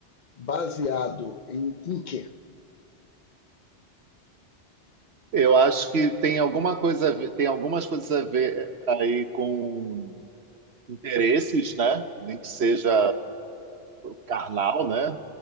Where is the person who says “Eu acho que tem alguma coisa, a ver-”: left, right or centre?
Right